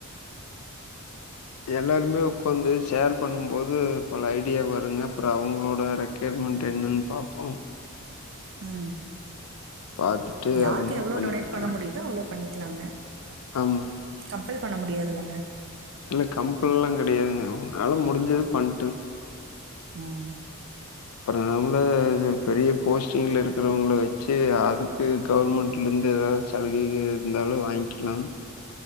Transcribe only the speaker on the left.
எல்லாருமே உக்காந்து ஷேர் பண்ணும்போது பல ஐடியா வருங்க அப்றோ அவங்ளோட ரெக் ஸ்டேட்மெண்ட் என்னன் பாப்போ
பார்த்துட்டு
அது மாரி
பண்ணி
குடுக்கலாம்.
ஆமா.
இல்ல கம்பல்லா கெடையாதுங்க உங்ளால முடிஞ்சது பண்ட்டு
அப்ற நம்ப பெரிய போஸ்ட்டிங்கில இருக்கிறவங்கள வெச்சு அதுக்கு கவர்மெண்ட்ல இருந்து எதாச் சலுகைகள் இருந்தாலு வாங்கிலா